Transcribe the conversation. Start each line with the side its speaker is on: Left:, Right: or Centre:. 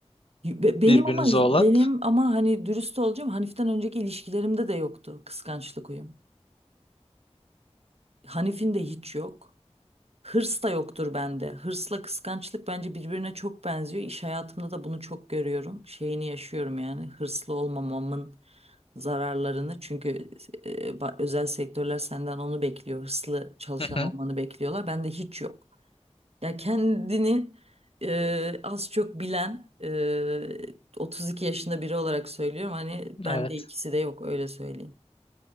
Right: Be- Benim
Left: Birbirinize
Right: ama
Left: olan.
Right: benim ama hani dürüst olacağım. Hanif'ten önceki ilişkilerimde de yoktu kıskançlık huyum. Hanif'in de hiç yok. Hırs da yoktur bende. Hırsla kıskançlık bence birbirine çok benziyor. İş hayatımda da bunu çok görüyorum. Şeyini yaşıyorum yani. Hırslı olmamamın zararlarını çünkü e, ba- özel sektörler senden onu bekliyor. Hırslı çalışan
Left: Hı hı,
Right: olmanı bekliyorlar. Bende hiç yok. Ya kendini e, az çok bilen e, 32 yaşında biri olarak söylüyorum. Hani bende
Left: evet.
Right: ikisi de yok öyle söyleyeyim.